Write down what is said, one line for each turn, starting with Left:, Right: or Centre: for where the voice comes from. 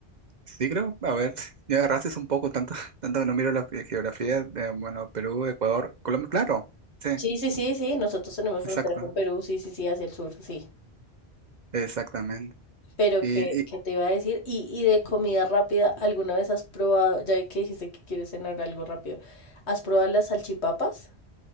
Right: sí, creo, a ver, <laughs> ya agarraste un poco, tanto, <laughs> tanto que no miro la ge- geografía, de, bueno, Perú, Ecuador, Colombia, claro, sí,
Left: Sí, sí, sí, sí, nosotros tenemos frontera
Right: exacto,
Left: con Perú, sí, sí, sí, hacia el sur, sí.
Right: exactamente.
Left: Pero
Right: Y
Left: ¿qué,
Right: y
Left: qué te iba a decir? Y, y de comida rápida, ¿alguna vez has probado, ya vi que dijiste que quieres cenar algo rápido, ¿has probado las salchipapas?